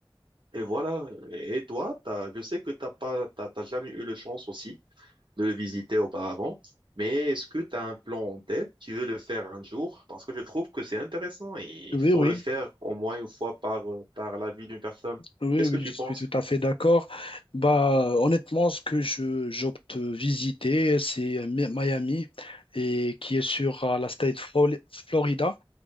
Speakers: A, on the right (about 60°); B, on the left (about 75°).
A: et voilà. Et toi, t'as, je sais que t'as pas, t'as, t'as jamais eu la chance aussi de le visiter auparavant, mais est-ce que tu as un plan en tête? Tu veux le faire un jour? Parce que je trouve que c'est intéressant et il
B: Oui,
A: faut
B: oui.
A: le faire au moins une fois par, euh, par la vie d'une personne.
B: Oui,
A: Qu'est-ce
B: oui,
A: que tu
B: je suis
A: penses?
B: tout à fait d'accord. Bah, honnêtement, ce que je j'opte visiter, c'est Mi- Miami et qui est sur euh, la state Fro- Florida.